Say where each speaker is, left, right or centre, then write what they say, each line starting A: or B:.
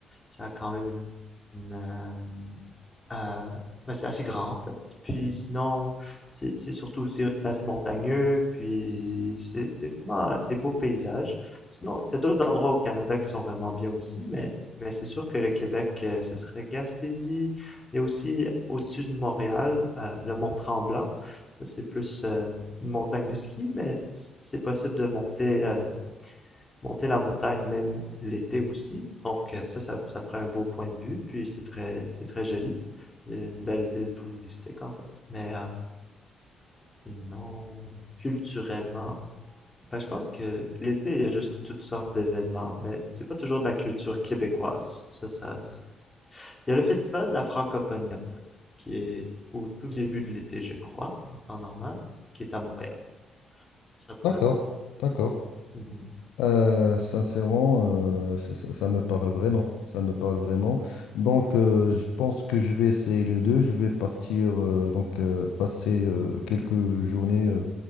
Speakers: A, on the left; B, on the left.
A: ça a quand même une. une, euh, euh, ben, c'est assez grand, en fait. Puis sinon, c'est c'est surtout c'est assez montagneux. Puis c'est c'est vraiment des beaux paysages. Sinon, il y a d'autres endroits au Canada qui sont vraiment bien aussi. Mais, mais c'est sûr que le Québec, euh, ce serait Gaspésie. Il y a aussi au sud de Montréal, euh, le Mont-Tremblant ça, c'est plus euh, une montagne de ski, mais c'est possible de monter, euh, monter la montagne même l'été aussi. Donc euh, ça, ça, ça ferait un beau point de vue. Puis c'est très, c'est très joli. C'est une belle ville touristique en fait. Mais euh, sinon, culturellement, ben, je pense que l'été, il y a juste toutes sortes d'événements, mais c'est pas toujours de la culture québécoise. Ça, ça, c'est- il y a le festival de la francophonie en fait, qui est au tout début de l'été, je crois, en temps normal, qui est à Montréal. Ça pourrait
B: D'accord, d'accord.
A: Mhm.
B: Euh, sincèrement, euh, ça, ça- ça me parle vraiment. Ça me parle vraiment. Donc, euh, je pense que je vais essayer les deux. Je vais partir, euh, donc, euh, passer euh, quelques journées, euh,